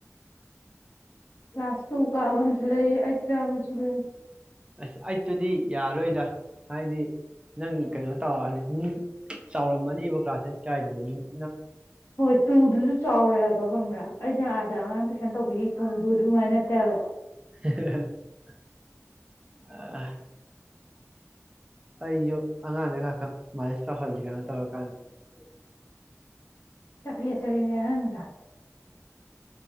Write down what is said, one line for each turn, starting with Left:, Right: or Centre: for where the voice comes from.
Left: ꯀ꯭ꯂꯥꯁ ꯇꯨ ꯀꯕꯟꯖꯨꯂ ꯑꯩ ꯌꯥꯕꯖꯒ
Right: ꯑꯁ ꯑꯩꯠꯇꯨꯗꯤ ꯌꯥꯔꯣꯏꯗ ꯍꯥꯏꯗꯤ ꯅꯪ ꯀꯩꯅꯣ ꯇꯧꯔꯛꯑꯅꯤ ꯅꯪ ꯆꯥꯎꯔꯝꯃꯅꯤꯕ ꯀ꯭ꯂꯥꯁ ꯑꯩꯠ ꯀꯥꯏꯗꯨꯗꯤ ꯅ
Left: ꯍꯣꯏ ꯇꯨꯡ ꯑꯗꯨꯁꯨ ꯆꯥꯎꯔꯦ ꯍꯥꯏꯕꯣ ꯈꯪꯕ꯭ꯔꯥ ꯑꯩꯅ ꯑꯥꯗ ꯑꯉꯥꯡ ꯇꯨꯏꯁꯟ ꯇꯧꯕꯤꯔꯤ ꯇꯗꯨ ꯑꯗꯨꯃꯥꯏ ꯅꯠꯇꯧꯋꯦ
Right: <unintelligible> ꯑ ꯑꯩꯁꯨ ꯑꯉꯥꯡꯗ ꯈ ꯈ ꯃꯥꯏꯅꯦꯁ ꯇꯧꯍꯟꯁꯤ ꯀꯩꯅꯣ ꯇꯧꯔ
Left: ꯎ ꯆꯐꯦ ꯆꯕꯤꯤꯅꯦ ꯍꯥꯏꯥ <unintelligible>